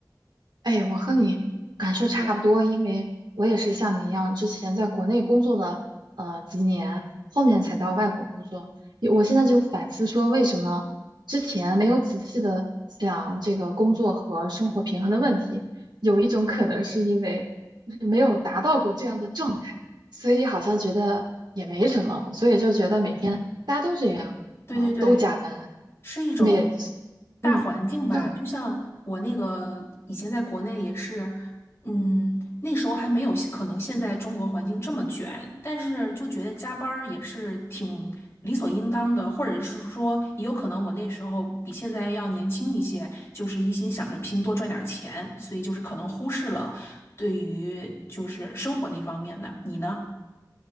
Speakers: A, on the right (about 75°); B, on the left (about 35°).
A: 哎，我和你感受差不多，因为我也是像你一样，之前在国内工作了呃几年，后面才到外国工作。也我现在就反思说，为什么之前没有仔细的想这个工作和生活平衡的问题？有一种可能是因为就是没有达到过这样的状态，所以好像觉得也没什么，所以就觉得每天大家都这样，
B: 对对对，
A: 嗯、都加班。
B: 是一种
A: 没，
B: 大环境吧。
A: 嗯，这样。
B: 就像我那个以前在国内也是，嗯，那时候还没有可能现在中国环境这么卷，但是就觉得加班儿也是挺理所应当的，或者是说也有可能我那时候比现在要年轻一些，就是一心想着拼多赚点儿钱，所以就是可能忽视了对于就是生活那方面的。你呢？